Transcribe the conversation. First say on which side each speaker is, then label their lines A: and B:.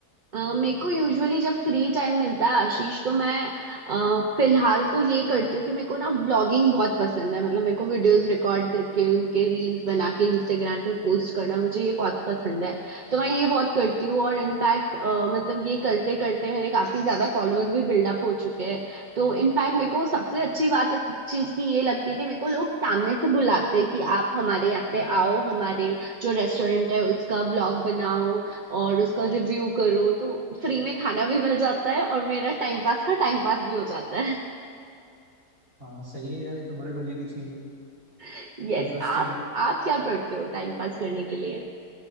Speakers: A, on the right; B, on the right.
A: अ, मेरे को यूजुअली जब फ्री टाइम मिलता है आशीष तो मैं अ, फिलहाल तो ये करती हूँ कि मेरे को ना व्लॉगिंग बहुत पसंद है मतलब मेरे को वीडियोस रिकॉर्ड करके उनके रील्स बना के इंस्टाग्राम पे पोस्ट करना मुझे ये बहुत पसंद है तो मैं ये बहुत करती हूँ और इनफैक्ट मतलब ये करते करते मेरे काफी ज्यादा फॉलोअर्स भी बिल्डअप हो चुके हैं तो इनफैक्ट मेरे को सबसे अच्छी बात इस चीज की ये लगती है कि मेरे को लोग सामने से बुलाते हैं कि आप हमारे यहाँ पे आओ हमारे जो रेस्टोरेंट है उसका व्लॉग बनाओ और उसका रिव्यू करो तो फ्री में खाना भी मिल जाता है और मेरा टाइम पास का टाइम पास भी हो जाता है
B: हाँ सही है यार ये तो बड़े मजे की चीज़ है
A: <laughs> यस
B: इंटरेस्टिंग
A: आप,
B: है
A: आप क्या करते हो टाइम पास करने के लिए